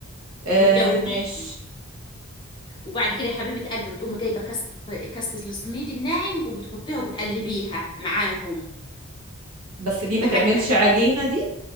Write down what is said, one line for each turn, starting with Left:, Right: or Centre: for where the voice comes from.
Right: آه
Left: وتدوبيها
Right: ماشي
Left: وبعد كده يا حبيبه قلبي بتقومي جايبه كاسه كاسه السميد الناعم وبتحطيها وبتقلبيها معاهم
Right: بس دي ما
Left: لحد
Right: تعملش
Left: ما
Right: عجينة دي